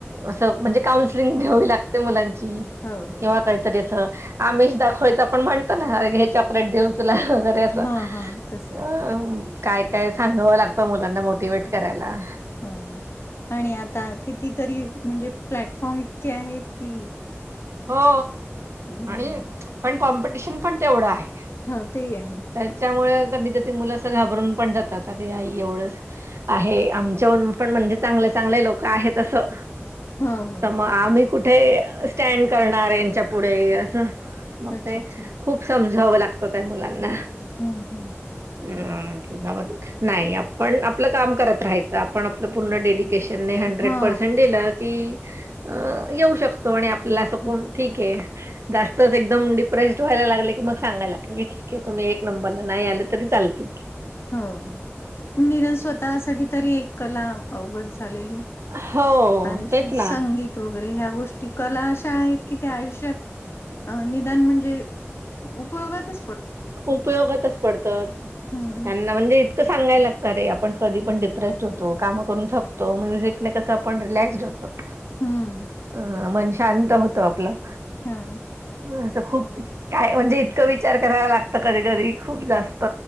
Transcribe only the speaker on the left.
हो हो
हा हा तस
हो. आणि आता कितीतरी म्हणजे प्लॅटफॉर्म इतके आहेत की-
हम्म
हा. तेही आहे.
ह हो
अच्छा
अच्छा
हम्म. हम्म.
हा
हो
हो. हो निदान स्वतःसाठी तरी एक कला अवगत झालेली-
आयुष्य
संगीत- वगैरे. ह्या गोष्टी कला अशा आहेत की त्या आयुष्यात अ निदान म्हणजे- उपयोगातच -
हम्म
हम्म
हा.